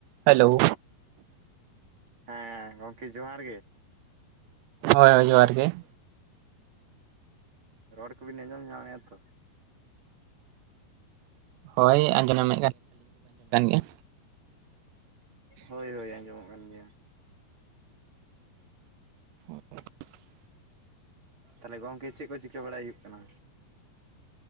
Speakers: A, on the right; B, on the right.
A: Hello,
B: ᱦᱮᱸ, ᱜᱚᱢᱠᱮ ᱡᱚᱦᱟᱨ ᱜᱮ
A: ᱦᱳᱭ ᱦᱳᱭ, ᱡᱚᱦᱟᱨ ᱜᱮ
B: ᱨᱚᱲ ᱠᱩᱵᱤᱱ ᱟᱸᱡᱚᱢ ᱧᱟᱢᱮᱜ-ᱟ ᱛᱚ?
A: ᱦᱳᱭ, ᱟᱸᱡᱚᱢ <inaudible>
B: ᱦᱳᱭ ᱦᱳᱭ, ᱟᱸᱡᱚᱢᱚᱜ ᱠᱟᱱ ᱜᱮᱭᱟ
A: <unintelligible>
B: ᱛᱟᱦᱞᱮ ᱜᱚᱢᱠᱮ ᱪᱮᱫ ᱠᱚ ᱪᱤᱠᱟᱹ ᱵᱟᱲᱟᱭ ᱦᱩᱭᱩᱜ ᱠᱟᱱᱟ?